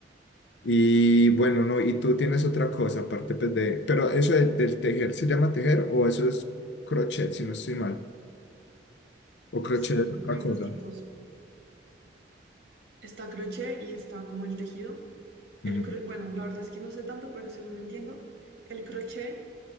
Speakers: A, on the left; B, on the right.
A: Y bueno, no, y tú tienes otra cosa aparte pues, de, pero eso del, del tejer se llama tejer o eso es crochet, si no estoy mal, o crochet
B: Sí,
A: es otra
B: hay
A: cosa.
B: dos tipos. Está crochet y está como el tejido.
A: Ujú.
B: El cro- bueno, la verdad es que no sé tanto, pero según entiendo, el crochet